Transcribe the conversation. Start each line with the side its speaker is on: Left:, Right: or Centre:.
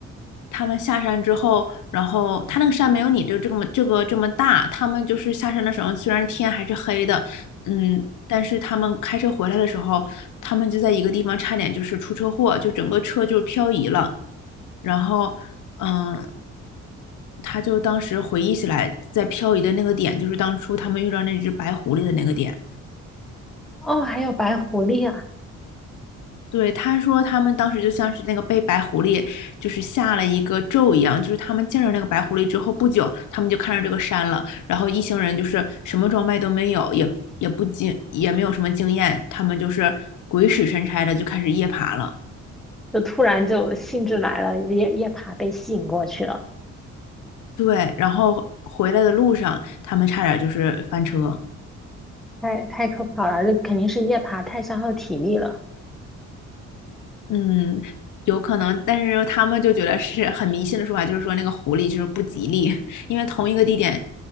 Left: 他们下山之后，然后他那个山没有你这这么这个这么大，他们就是下山的时候，虽然天还是黑的，嗯，但是他们开车回来的时候，他们就在一个地方差点就是出车祸，就整个车就是漂移了。然后，嗯，他就当时回忆起来，在漂移的那个点，就是当初他们遇到那只白狐狸的那个点。
Centre: 哦，还有白狐狸啊！
Left: 对，他说他们当时就像是那个被白狐狸就是下了一个咒一样，就是他们见着那个白狐狸之后不久，他们就看着这个山了，然后一行人就是什么装备都没有，也也不经也没有什么经验，他们就是鬼使神差的就开始夜爬了。
Centre: 就突然就兴致来了，夜夜爬被吸引过去了，
Left: 对，然后回来的路上，他们差点就是翻车。
Centre: 太太可怕了，这肯定是夜爬太消耗体力了。
Left: 嗯，有可能，但是他们就觉得是很迷信的说法，就是说那个狐狸就是不吉利，<laughs> 因为同一个地点，